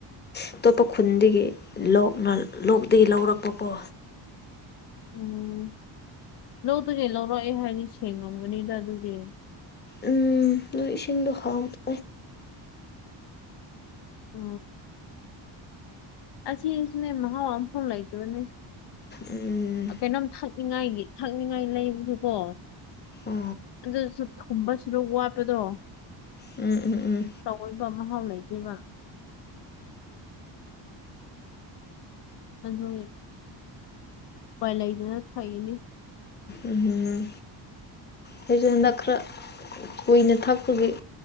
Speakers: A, on the left; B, on the left.
A: ꯑꯇꯣꯞꯄ ꯈꯨꯟꯗꯒꯤ ꯂꯣꯛꯅ ꯂꯣꯛꯇꯗꯒꯤ ꯂꯧꯔꯛꯄꯀꯣ
B: ꯎꯝ ꯂꯧꯗꯨꯒꯦ ꯂꯧꯔꯛꯑꯦ ꯍꯥꯏꯗꯤ ꯁꯦꯡꯉꯝꯒꯅꯤꯗ ꯑꯗꯨꯒꯤ
A: ꯎꯝ ꯅꯣꯏ ꯏꯁꯤꯡꯗꯣ ꯍꯥꯎꯗꯦ
B: ꯑ ꯑꯁꯤꯁꯨꯅꯦ ꯃꯍꯥꯎ ꯑꯐꯥꯎ ꯂꯩꯇꯕꯅꯦ
A: ꯎꯝ
B: ꯀꯩꯅꯣꯝ ꯊꯛꯅꯤꯡꯉꯥꯏꯒꯤ ꯊꯛꯅꯤꯡꯉꯥꯏ ꯂꯩꯕꯁꯨꯀꯣ
A: ꯑꯣ
B: ꯑꯗꯨꯁꯨ ꯀꯨꯝꯕꯁꯨꯔ ꯋꯥꯠꯄꯗꯣ
A: ꯎꯝ ꯎꯝ ꯎꯝ
B: ꯇꯑꯣꯏꯕ ꯑꯃ ꯍꯥꯎ ꯂꯩ ꯗꯤꯕ ꯑꯗꯨ ꯎꯄꯥꯏ ꯂꯩꯗꯅ ꯊꯥꯛꯏꯅꯤ
A: ꯎꯝ ꯎꯝ ꯎꯝ ꯍꯁꯨ ꯈꯔ ꯀꯨꯏꯅ ꯊꯛꯄꯒꯤ